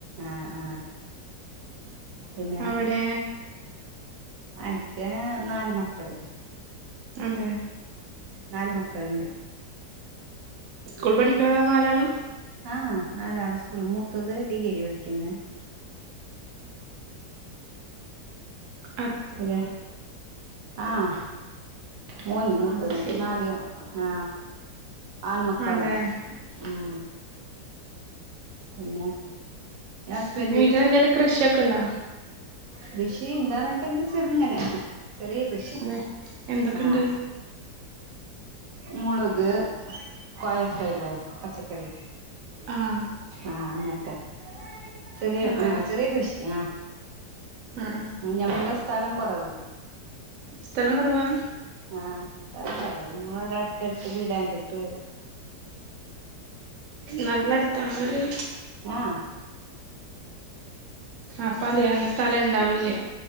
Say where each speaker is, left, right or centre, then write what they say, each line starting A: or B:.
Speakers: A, on the right (about 60°); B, on the right (about 75°).
A: ആഹ് ആഹ് പിന്നെ
B: അവിടെ
A: എനിക്ക് നാല് മക്കള്
B: അതെ
A: നാല് മക്കളുണ്ട്
B: സ്കൂൾ പഠിക്കണത നാലാള
A: ആഹ നാലാണ് സ്കൂള് മൂത്തത് ഡിഗ്രരി പഠിക്കുന്ന
B: അത
A: ഇതെ ആഹ മോന് മുൂത്തത്
B: അത് ശരി
A: നാല് ആ ആണുമക്ക
B: അതെ
A: തന്നെ ഉം പിന്നെ ഹസ്ബൻഡ്
B: പിന്നെ വീട്ടിലെന്തേലും കൃഷിയൊക്കെ ഉണ്ടോ
A: കൃഷി ഉണ്ടന്നിട്ടെങ്കിൽ ചെറിങ്ങനെ ചെറിയ കൃഷി
B: അതെ എന്തൊക്കെണ്ട്
A: ആഹ മുളക് കോയക്കായല്ല പച്ചക്കറി
B: ആഹ്
A: ആഹ അങ്ങത്തെെ ചെറിയ
B: അതെ
A: ആഹ ചെറിയ കൃഷിയ ആ
B: ആഹ
A: ഞങ്ങളുടെ സ്ഥലം കുറവ്
B: സ്ഥലം കുറവാ
A: ആഹ് സ്ഥലം പറ ഞങ്ങളടെ അടുത്ത്ടുത്ത് വീടതിട്ട്
B: നല്ലടത്താ അവിടെ
A: ആഹ
B: അപ്പൊ അത് കന്ന സ്ഥലം ഇണ്ടാവൂല്ല